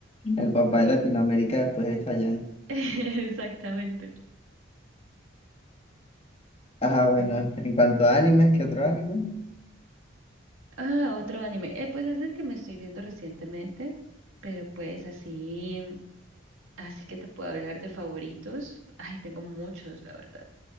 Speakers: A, on the left (about 30°); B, on the right (about 80°).
A: El papá de Latinoamérica después de Chayanne.
B: <laughs> Exactamente.
A: Ajá, bueno,
B: Sí, sí.
A: en cuanto a animes, ¿qué otro anime?
B: Ah, otro anime. Eh, pues es el que me estoy viendo recientemente, pero pues así, así que te puedo hablar de favoritos. Ay, tengo muchos, la verdad.